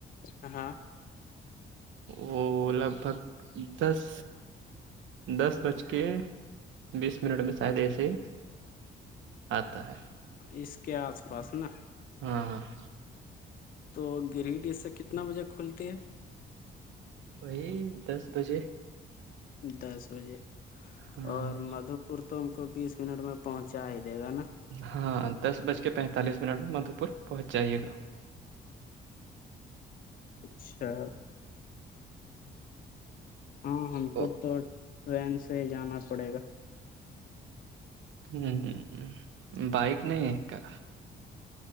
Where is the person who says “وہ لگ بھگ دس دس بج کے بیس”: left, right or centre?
Right